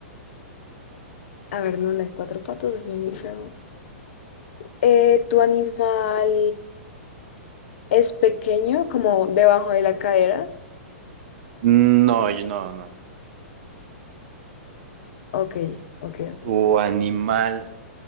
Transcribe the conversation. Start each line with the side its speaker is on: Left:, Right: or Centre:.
Left: a ver, no anda en cuatro patas, es mamífero. Eh, ¿tu animal es pequeño, como debajo de la cadera?
Right: No, yo- no, no.
Left: Ok, ok, ok.
Right: ¿Tu animal